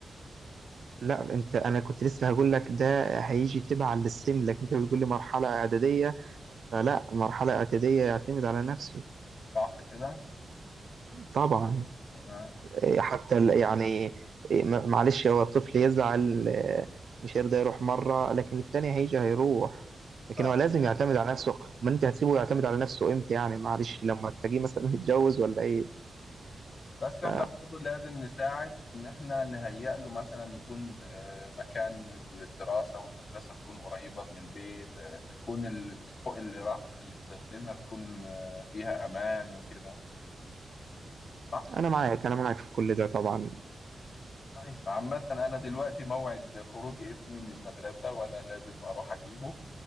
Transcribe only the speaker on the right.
لا انت انا كنت لسه هقول لك ده هيجي تبع للسن لكن انت بتقول لي مرحله اعداديه فلا مرحله اعداديه يعتمد على نفسه
طبعا
إيه، حتى ال- يعني إيه، ما- معلش هو الطفل يزعل آه، مش هيرضى يروح مره لكن التاني هيجي هيروح لكن
هو لازم يعتمد على نفسه امال انت هتسيبه يعتمد على نفسه امتى يعني معلش لما تلاقيه مثلا متجوز ولا ايه
ف...
فانا معاك انا معاك في كل ده طبعا